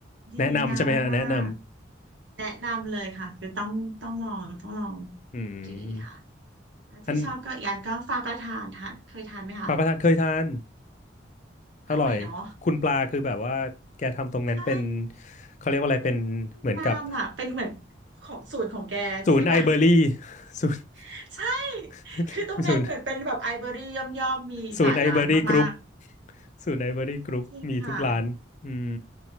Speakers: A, on the right; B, on the left.
A: ดีงามมาก
B: แนะนำใช่ไหมฮะแนะน
A: ๆแนะนำเลยค่ะคือต้องต้องลองต้องลอง
B: ำอื
A: ดีค่ะ
B: ม
A: อ่ะที่ชอบก็อีกอันก็ฟ้าประทานทานเคยทานไหมคะ
B: อันปลาประทานเคยทาน
A: อร่อยเนาะ
B: อร่อยคุณปลาคือแบบว่าแกทำตรงนั้นเป็น
A: ใช่
B: เขาเรียกว่าอะไรเป็นเหมือนกับ
A: งามอ่ะเป็นเหมือนของสูตรของแกใือแบบ
B: ศูนย์ไอเบอรี่ศูนย์
A: <laughs> ใช่
B: <laughs>
A: คือตรงนั้นเหมือนเป็นแบบไอเบอรี่ย่อมย่อมมีหลายร้านมาก
B: ศูนย์ศูนย์ไอเบอรี่กรุ๊ปศูนย์ไอเบอรี่กรุ๊ปมีทุกร้านอืม
A: ๆจริงค่ะ